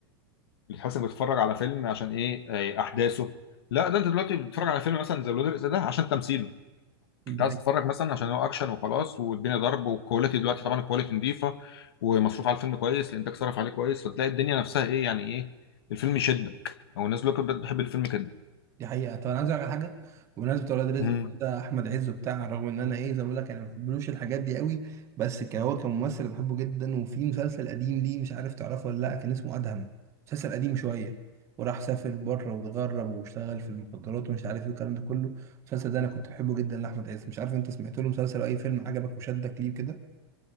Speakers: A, on the left; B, on the right.
A: اللي تحس انك بتتفرج على فيلم عشان ايه آه، احداثه لا ده انت دلوقتي بتتفرج على فيلم مثلا زي ولاد الرزق ده عشان تمثيله انت
B: دي
A: عايز
B: حقيقة.
A: تتفرج مثلا عشان هو اكشن وخلاص والدنيا ضرب والكواليتي دلوقتي طبعا الكواليتي نظيفه ومصروف على الفيلم كويس الانتاج صرف عليه كويس فتلاقي الدنيا نفسها ايه يعني ايه الفيلم يشدك او الناس دلوقتي بت- بتحب الفيلم كده
B: دي حقيقة طب أنا عايز أقول لك على حاجة بمناسبة ولاد رزق
A: امم
B: ده أحمد عز وبتاع رغم إن أنا إيه زي ما بقول لك أنا ما بحبلوش الحاجات دي قوي بس ك- هو كممثل بحبه جدا وفي مسلسل قديم ليه مش عارف تعرفه ولا لأ كان اسمه أدهم مسلسل قديم شوية وراح سافر بره واتغرب واشتغل في المخدرات ومش عارف إيه والكلام ده كله المسلسل ده أنا كنت بحبه جدا لأحمد عز مش عارف أنت سمعت له مسلسل أو أي فيلم عجبك وشدك ليه كده